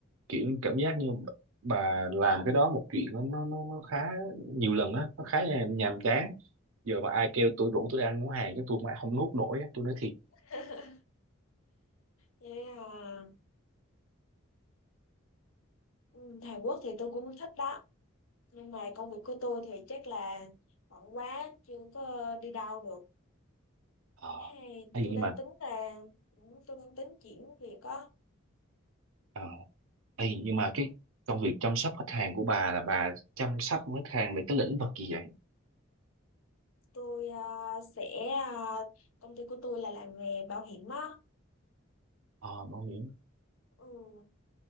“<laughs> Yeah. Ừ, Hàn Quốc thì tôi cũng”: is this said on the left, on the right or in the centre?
Left